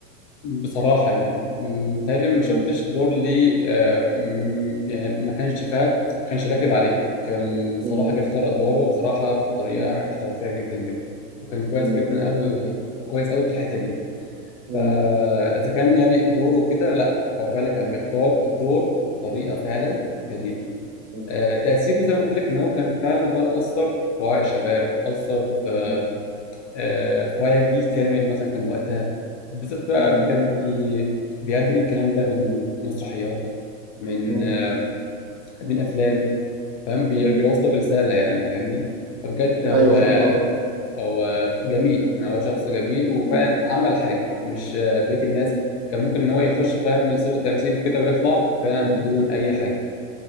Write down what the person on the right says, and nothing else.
مم،
مم،
مم،
مم،
مم،
مم،
مم،
مم،
مم،
مم.
ايوه فهمت
مم،
مم،